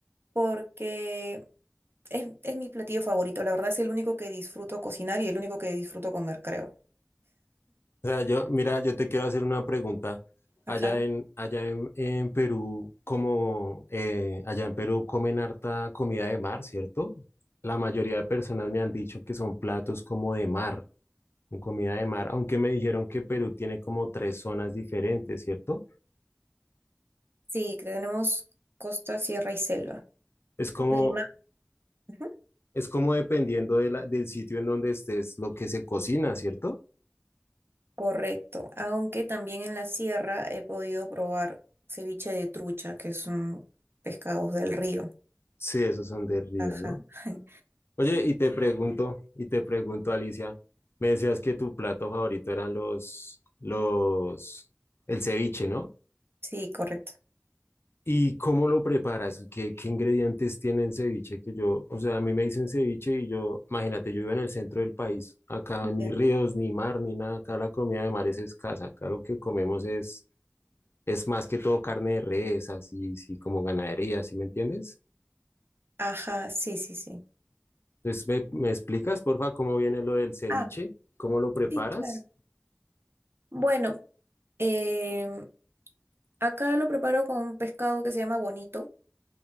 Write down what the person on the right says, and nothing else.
porque es, es mi platillo favorito. La verdad es el único que disfruto cocinar y el único que disfruto comer, creo.
Ajá.
Sí, tenemos costa, sierra y selva.
Lima. ujú,
Correcto. Aunque también en la sierra he podido probar ceviche de trucha, que son pescados del río.
Ajá.
<laughs>
Sí, correcto.
Ya.
Ajá, sí, sí, sí.
Ah,
sí, claro. Bueno, em, acá lo preparo con un pescado que se llama bonito,